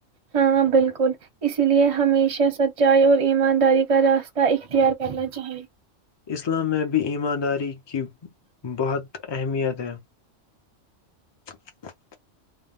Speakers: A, on the right; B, on the left.
A: ہاں بالکل اس لیے ہمیشہ سچائی اور ایمانداری کا راستہ اختیار کرنا چاہیے
B: اسلام میں بھی ایمانداری کی بہت اہمیت ہے <inaudible>